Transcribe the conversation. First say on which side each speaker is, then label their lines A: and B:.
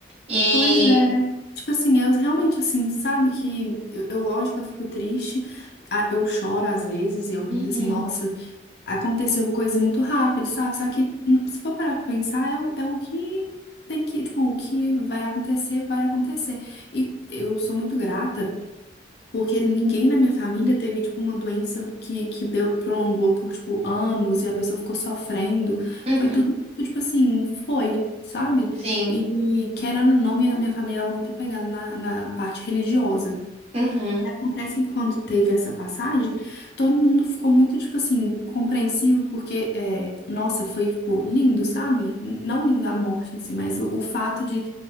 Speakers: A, on the right; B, on the left.
A: E
B: Pois é. Tipo assim, eu realmente sinto, sabe, que eu, eu, lógico, eu fico triste, a- eu choro às vezes e eu penso
A: Uhum,
B: assim, nossa. aconteceu coisas muito rápido, sabe? Só que hum, se for parar pra pensar, é o, é o que tem que, tipo, o que vai acontecer, vai acontecer. E eu sou muito grata, porque ninguém na minha família teve, tipo, uma doença que, que deu, prolongou por, tipo, anos e a pessoa ficou sofrendo.
A: uhum,
B: Foi tudo, tipo assim, foi, sabe?
A: sim,
B: E, e querendo ou não, minha, minha família ela é muito apegada na, na parte religiosa.
A: uhum,
B: Acontece que quando teve essa passagem, todo mundo ficou muito, tipo assim, compreensivo, porque, é, nossa, foi, tipo, lindo, sabe? N- Não lindo a morte em si, mas o, o fato de.